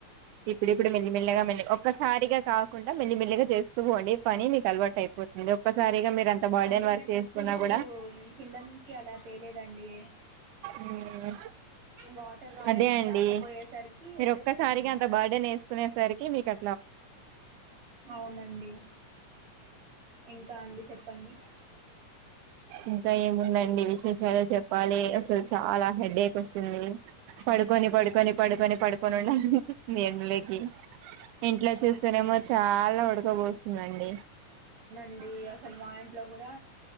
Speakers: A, on the right (about 80°); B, on the right (about 60°).
A: ఇప్పుడు ఇప్పుడు మెల్లిమెల్లగా మల్లి ఒక్కసారిగా కాకుండా మెల్లిమెల్లిగా చేస్తూ పోండి పని మీకు అలవాటు అయిపోతుంది ఒక్కసారిగా మీరు అంత బర్డెన్
B: అంటే
A: వర్క్
B: మేము
A: చేసుకున్నా
B: ఎప్పుడూ
A: కూడా
B: కింద నుంచి అలా తేలేదండి
A: మూ మూ
B: వాటర్ రాయ
A: అదే అండి
B: రాకపోయేసరికి
A: మీరు
B: తెచ్చినామండి
A: ఒక్కసారికి అంత బ బర్త్డేనేసుకునేసరికి మీకు అ
B: అవునండి ఇంకా అండి చెప్పండి
A: ఇంకా ఏముందండి విశేషాలు చెప్పాలి అసలు చాలా హెడేక్ వస్తుంది. పడుకొని
B: ఓకేనండి
A: పడుకొని పడుకొని పడుకొని ఉండాలి అనిపిస్తుంది ఎంలోకి ఇంట్లో చూస్తేనేమో
B: ఓకే
A: చాలా ఉడకబోస్తుందండి
B: అండి అసలు మా ఇంట్లో కూడా